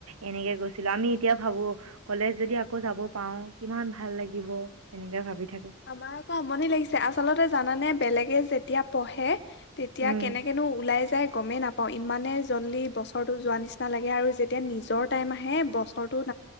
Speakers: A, on the right; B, on the left.
A: এনেকে গৈছিলো আমি এতিয়া ভাবো কলেজ যদি আকৌ যাব পাৰওঁ কিমান ভাল লাগিব তেনেকে ভাবি থাক
B: আমাৰ আকৌ আমনি লাগিছে আচলতে জানানে? বেলেগে যেত এতিয়া পঢ়ে তেতিয়া
A: উম
B: কেনেকেনো ওলাই যায় গমেই নাপাওঁ, ইমানেই জল্ডি বছৰটো যোৱা নিচিনা লাগে আৰু যেতিয়া নিজৰ টাইম আহে বছৰটোত